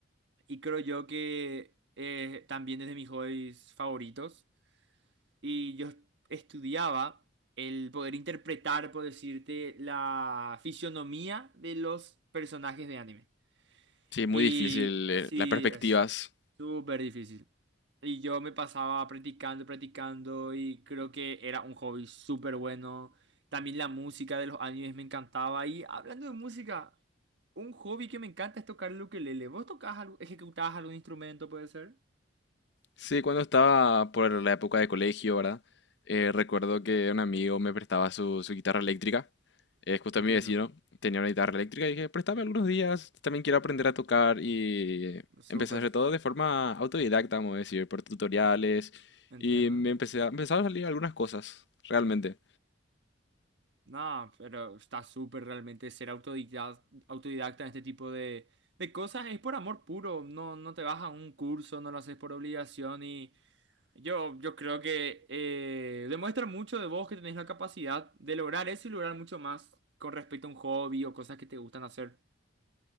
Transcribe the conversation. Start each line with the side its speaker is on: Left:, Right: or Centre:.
Right: Y creo yo que eh, también es de mis hobbies favoritos. y yo estudiaba el poder interpretar, por decirte, la fisionomía de los personajes de anime.
Left: Sí, muy
Right: Y
Left: difícil, eh,
Right: sí,
Left: las perspectivas.
Right: es súper difícil. Y yo me pasaba practicando, practicando y creo que era un hobby súper bueno. También la música de los animes me encantaba. Y hablando de música, un hobby que me encanta es tocar el ukelele. ¿Vos tocás algo, ejecutabas algún instrumento, puede ser?
Left: Sí, cuando estaba por la época de colegio, ¿verdad? Eh, recuerdo que un amigo me prestaba su, su guitarra eléctrica. Eh, justo
Right: Entiendo,
Left: mi vecino tenía una guitarra eléctrica y dije, préstame algunos días, también quiero aprender a tocar y
Right: súper,
Left: empecé a hacer todo de forma autodidacta, vamos a decir, por tutoriales
Right: entiendo.
Left: y me empecé a, empezaron a salir algunas cosas, realmente.
Right: No, pero está súper realmente ser autodidacta, autodidacta en este tipo de, de cosas. Es por amor puro, no, no te vas a un curso, no lo haces por obligación y yo, yo creo que eh, demuestra mucho de vos que tenés la capacidad de lograr eso y lograr mucho más con respecto a un hobby o cosas que te gustan hacer.